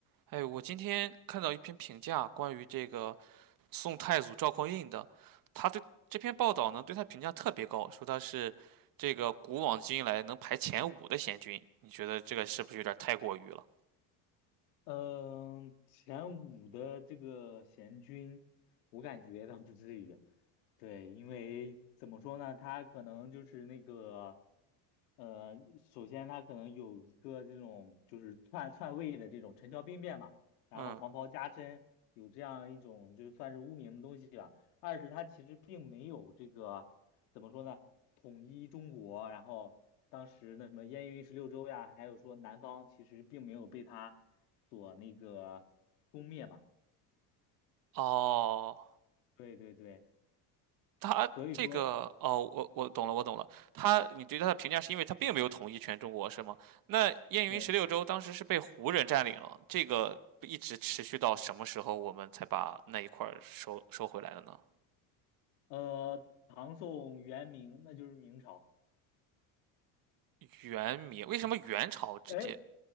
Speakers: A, on the right (about 50°); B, on the left (about 90°).
A: 哎，我今天看到一篇评价，关于这个宋太祖赵匡胤的，他对这篇报道呢，对他评价特别高，说他是这个古往今来能排前五的贤君。你觉得这个是不是有点太过于了？
B: 嗯，前五的这个贤君，我感觉倒不至于。对，因为怎么说呢，他可能就是那个，呃，首先他可能有一个这种就是篡篡位的这种陈桥兵变嘛，然后黄袍加身，
A: 嗯，
B: 有这样一种就算是污名的东西吧。二是它其实并没有这个怎么说呢，统一中国，然后当时那什么燕云十六州呀，还有说南方其实并没有被它所那个攻灭吧。
A: 哦，
B: 对对对，
A: 他这个，
B: 所以说
A: 哦，我我懂了，我懂了。他，你对他的评价是因为他并没有统一全中国，是吗？那燕云十六州当时是被胡人占领了，
B: 对，
A: 这个一直持续到什么时候我们才把那一块儿收收回来的呢？
B: 呃，唐宋元明那就是明朝。
A: 元明，为什么元朝之间？
B: 哎，